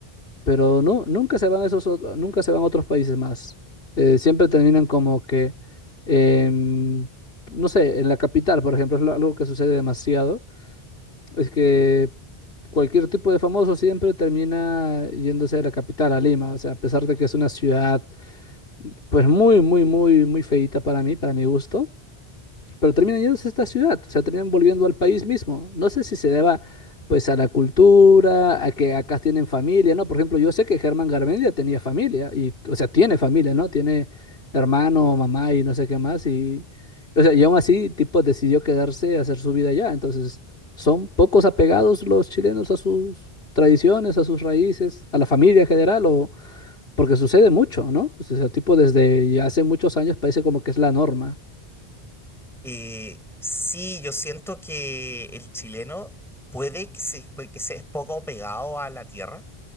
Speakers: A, on the left; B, in the centre.
A: pero no, nunca se van a esos, ot- nunca se van a otros países más. Eh, siempre terminan como que, em, no sé, en la capital, por ejemplo, es lo- algo que sucede demasiado, es que cualquier tipo de famoso siempre termina yéndose a la capital, a Lima, o sea, a pesar de que es una ciudad, pues muy, muy, muy, muy feíta para mí, para mi gusto pero terminan yéndose a esta ciudad, o sea, terminan volviendo al país mismo. No sé si se deba, pues, a la cultura, a que acá tienen familia, ¿no? Por ejemplo, yo sé que Germán Garmendia tenía familia, y, o sea, tiene familia, ¿no? Tiene hermano, mamá y no sé qué más, y, o sea, y aún así, tipo, decidió quedarse a hacer su vida allá. Entonces, son pocos apegados los chilenos a sus tradiciones, a sus raíces, a la familia en general, o porque sucede mucho, ¿no? O sea, tipo, desde ya hace muchos años parece como que es la norma.
B: Eh, sí, yo siento que el chileno puede que se, puede que se es poco pegado a la tierra,